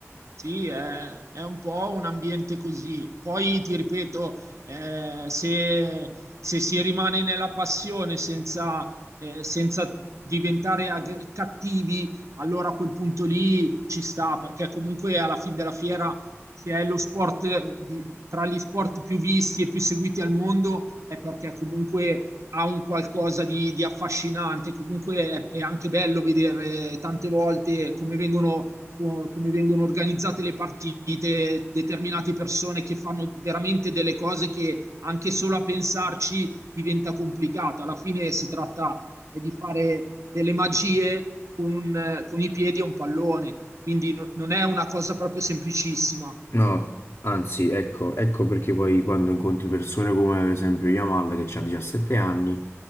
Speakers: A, on the right (about 75°); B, on the left (about 70°).
A: Sì, è, è un po' un ambiente così. Poi ti ripeto, eh, se, se si rimane nella passione senza, eh, senza diventare ag- cattivi, allora a quel punto lì ci sta, perché comunque alla fine della fiera, se è lo sport di- tra gli sport più visti e più seguiti al mondo, è perché comunque ha un qualcosa di, di affascinante. Comunque è è anche bello vedere tante volte come vengono come vengono organizzate le partite, determinate persone che fanno veramente delle cose che anche solo a pensarci diventa complicata. Alla fine si tratta eh, di fare delle magie con, un, con i piedi a un pallone, quindi no, non è una cosa proprio semplicissima.
B: No, anzi, ecco, ecco perché poi quando incontri persone come per esempio Yamal che ha 17 anni,